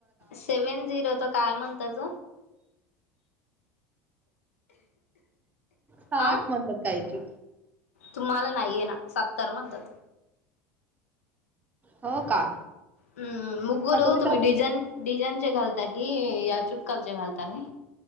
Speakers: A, on the left; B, on the right.
A: सेवन झिरो तर काय म्हणताच.
B: साठ
A: आ
B: म्हणतात काय की
A: तुम्हाला नाहीये ना सत्तर म्हणतात.
B: हो का?
A: हम्म मुगुून
B: मग
A: तुम्ही
B: तर
A: डिझाईन डिझान चे घालता कि या चुक्काल चे घालता का?